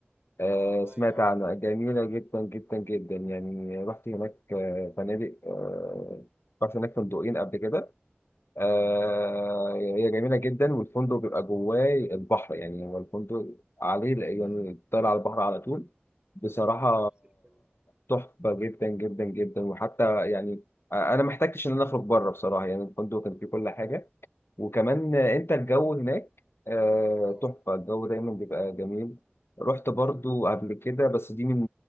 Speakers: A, on the right (about 25°); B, on the left (about 70°).
A: اه
B: آه سمعت
A: ايوه عارف.
B: عنها جميلة جدا جدا جدا يعني رحت هناك آه، فنادق آه رحت هناك فندقين قبل كده آه
A: اه
B: هي جميلة جدا والفندق بيبقى جواه البحر يعني هو الفندق عليه يعني
A: اي
B: بتطلع على البحر على طول بصراحة
A: ايوه نفس الكلام
B: تحفة جدا جدا جدا وحتى يعني أنا ما احتجتش إن أنا أخرج بره بصراحة يعني الفندق كان فيه كل حاجة وكمان
A: اوكي
B: أنت الجو هناك آه،
A: اه
B: تحفة الجو دايما بيبقى جميل رحت برضو قبل كده بس دي من